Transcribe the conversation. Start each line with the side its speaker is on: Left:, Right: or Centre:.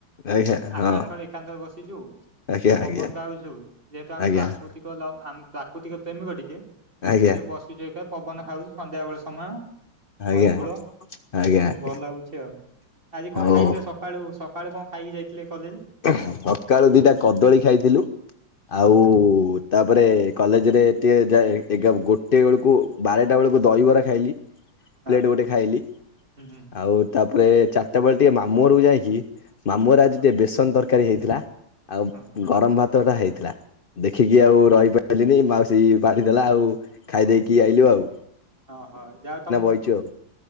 Left: ଆଜ୍ଞା ହଁ
Right: ଆକାଶ ତଳେ ଏକାନ୍ତରେ ବସିଛୁ। ଟିକେ
Left: ଆଜ୍ଞା
Right: ପବନ
Left: ଆଜ୍ଞା
Right: ଖାଉଛୁ। <unintelligible> ଯେହେତୁ ଆମେ
Left: ଆଜ୍ଞା
Right: ପ୍ରାକୃତିକ <unintelligible> ଆମ ପ୍ରାକୃତିକ ପ୍ରେମିକ ଟିକେ ଯେହେତୁ
Left: ଆଜ୍ଞା
Right: ଟିକେ ବସିଛୁଏକା ପବନ ଖାଉଛି। ସନ୍ଧ୍ୟା ବେଳ ସମୟ,
Left: ଆଜ୍ଞା
Right: ନଈ କୂଳ
Left: ଆଜ୍ଞା ଆଜ୍ଞା
Right: ଭଲ ଲାଗୁଛି ଆଉ ଆଜି କଣ
Left: ହଉ
Right: ଖାଇଥିଲେ? ସକାଳୁ ସକାଳୁ କଣ ଖାଇକି ଯାଇଥିଲେ କଲେଜ?
Left: <unintelligible> ସକାଳୁ ଦିଟା କଦଳୀ ଖାଇଥିଲୁ
Right: ହଁ
Left: ଆଉ
Right: ହଁ
Left: ତାପରେ କଲେଜରେ ଟିକିଏ ଏଗ <unintelligible> ଗୋଟିଏ ବେଳକୁ ବାରଟା ବେଳକୁ ଦହିବରା ଖାଇଲି।
Right: ହଁ
Left: ପ୍ଲେଟ୍ ଗୋଟେ ଖାଇଲି।
Right: ହୁଁ ହୁଁ
Left: ଆଉ ତାପରେ ଚାରିଟା ବେଳେ ଟିକେ ମାମୁଁ ଘରକୁ ଯାଇକି ମାମୁଁ
Right: ହଁ
Left: ଘରେ ଆଜି ଟିକେ ବେସନ ତରକାରୀ ହେଇଥିଲା। ଆଉ
Right: ହଁ
Left: ଗରମ ଭାତ ଟା ହେଇଥିଲା। ଦେଖିକି ଆଉ ରହିପାରିଲିନି ମାଉସି ବାଢିଦେଲା ଆଉ ଖାଇ ଦେଇକି ଆଇଲୁ ଆଉ।
Right: ଓଁ ହଉ ଯାହାଅ ତମ।
Left: କହିଛଉ।